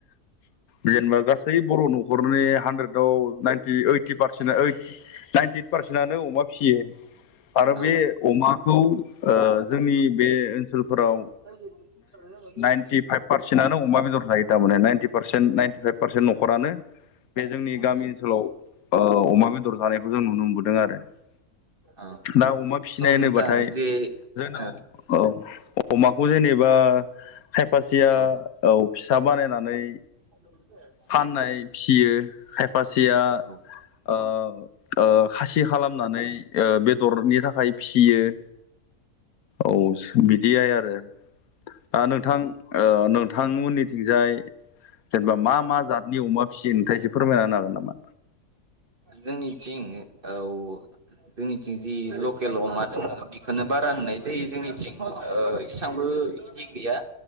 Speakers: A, on the left; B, on the right.
A: जेनेबा गासै बर' न'खरनि हानड्रेदआव नाइन्टि ओइटि पारसेन्ट ओइद
B: <inaudible>
A: नाइन्टि ओइट पारसेन्टआनो अमा फिसियो आरो
B: औ
A: बे अमाखौ ओ जोंनि बे ओन सोलफोराव
B: <unintelligible>
A: टि फाइभ पारसेन्टआ अमा बेदर जायो थारमाने ninety percent ninety five percent न'खरानो बे जोंनि
B: औ
A: गामि ओनसोलाव ओ अमा बेदर <unintelligible> खौ जों नुनो मोनबोदों आरो
B: औ
A: दा अमा फिसिनाय
B: स'
A: होनोबथाय
B: नोंथां जे
A: जोंनाव
B: औ
A: औ अमाखौ जेनेबा खायफासिया
B: औ
A: औ फिसा बानायनानै
B: <unintelligible>
A: फान्नाय फियो खायफासेया
B: औ
A: ओ ओ खासि खालामनानै ओ बेदरनि थाखाय फिसियो औ बिदियाय आरो ओ नोंथां ओ नोंथांमोननिथिंजाय जेनेबा मा मा जाादनि अमा फिसियो नोंथाङा एसे फोरमायनानो हागोन नामा
B: जोंनिथिं औ जोंनिथिं जि लकेल अमा जोङो बेखौनो बारा होननाय जायो जोंनिथिं ओ इसांबो इदि गैया